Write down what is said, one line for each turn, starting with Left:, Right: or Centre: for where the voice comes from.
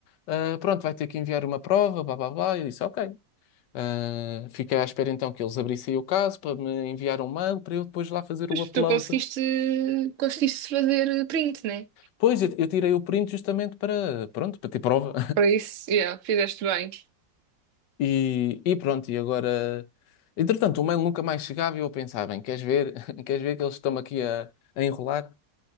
Left: ah, pronto, vai ter que enviar uma prova, blá blá blá. E Eu disse: Ok. Ah, fiquei à espera então que eles abrissem o caso para me enviar um mail para eu depois lá fazer
Right: Mas
Left: o upload.
Right: tu conseguiste, conseguiste fazer print, né?
Left: Pois, eu, eu tirei o print justamente para, pronto, para ter prova
Right: Para isso, yeah, fizeste bem.
Left: E, e pronto, e agora. Entretanto, o mail nunca mais chegava e eu pensava, bem, queres ver? <laughs> Queres ver que eles estão aqui a, a enrolar?